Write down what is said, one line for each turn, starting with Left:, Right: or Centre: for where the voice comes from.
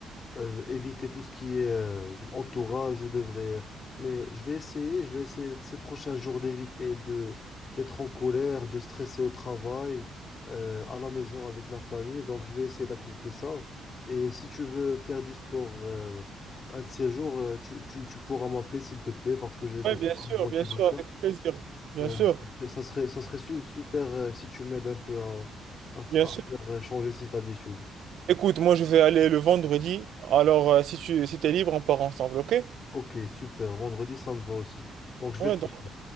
Left: euh, éviter tout ce qui est euh, entourage, je devrais... euh, Mais je vais essayer, je vais essayer ces prochains jours d'éviter de d'être en colère, de stresser au travail, euh, à la maison avec la famille. Donc, je vais essayer d'appliquer ça. Et si tu veux faire du sport euh, un de ces jours, euh, tu, tu, tu pourras m'appeler, s'il te plaît, parce que j'ai besoin
Right: Oui, bien sûr,
Left: de motivation.
Right: bien sûr, avec plaisir. Bien
Left: Euh,
Right: sûr,
Left: ça serait, ça serait su- super euh, si tu m'aides un peu à, à, f-
Right: bien
Left: à
Right: sûr.
Left: faire euh, changer cette habitude.
Right: Écoute, moi, je vais aller le vendredi. Alors, euh, si tu si t'es libre, on part ensemble, ok?
Left: Ok, super. Vendredi, ça me va aussi. Donc, je
Right: Ouais,
Left: vais t'appeler.
Right: donc,